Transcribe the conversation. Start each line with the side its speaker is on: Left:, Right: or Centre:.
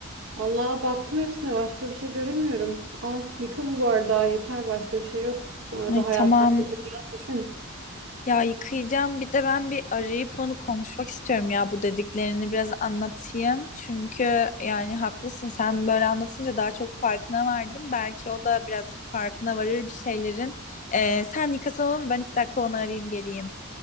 Right: Vallahi baktım hepsine başka bir şey göremiyorum. Al, yıka bu bardağı yeter başka bir şey yok. Sonra
Left: Ay
Right: da hayat
Left: tamam
Right: hakkında biraz düşün.
Left: Ya yıkayacağım. Bir de ben bir arayıp onu konuşmak istiyorum ya bu dediklerini biraz anlatayım. Çünkü yani haklısın. Sen böyle anlatınca daha çok farkına vardım. Belki o da biraz farkına varır bir şeylerin. Ee, sen yıkasan olur mu? Ben iki dakika onu arayayım geleyim.